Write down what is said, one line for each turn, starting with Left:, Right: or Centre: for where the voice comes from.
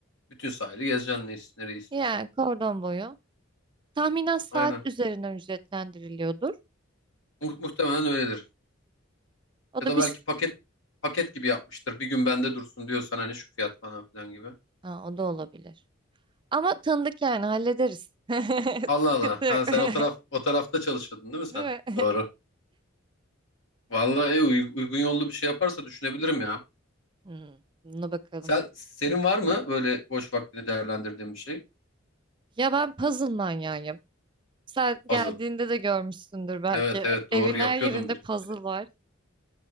Left: Bütün sahili gezeceksin ne- nereyi istiyorsan.
Right: Yani kordon boyu. Tahminen saat
Left: Aynen.
Right: üzerinden ücretlendiriliyordur.
Left: Mu- muhtemelen öyledir.
Right: O
Left: Ya
Right: da
Left: da
Right: biz
Left: belki paket paket gibi yapmıştır. Bir gün bende dursun diyorsan hani şu fiyat falan filan gibi.
Right: ha, o da olabilir. Ama tanıdık yani hallederiz. <laughs>
Left: Allah
Right: Sıkıntı
Left: Allah.
Right: yok.
Left: Ha
Right: <laughs>
Left: sen o taraf o tarafta çalışıyordun değil mi sen?
Right: Değil mi? <laughs>
Left: Doğru. Vallahi e, uy- uygun yollu bir şey yaparsa düşünebilirim ya.
Right: Hmm, buna bakalım.
Left: Sen senin var mı böyle boş vaktini değerlendirdiğin bir şey?
Right: Ya ben puzzle manyağıyım. Sen geldiğinde
Left: Puzzle.
Right: de görmüşsündür belki.
Left: Evet evet doğru
Right: Evin
Left: yapıyordum
Right: her yerinde
Left: bir iki
Right: puzzle
Left: kere.
Right: var.